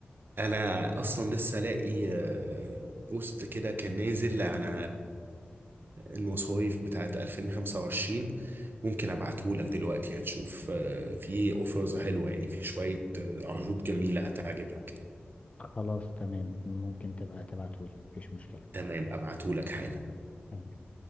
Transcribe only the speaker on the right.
انا اصلا لسه لاقي آه، بوست كده كان نازل على المصايف بتاعت 2025 ممكن ابعته لك دلوقتي هتشوف آه، في اوفرز حلوة يعني في شوية آه، عروض جميلة هتعجبك
تمام ابعته لك حالا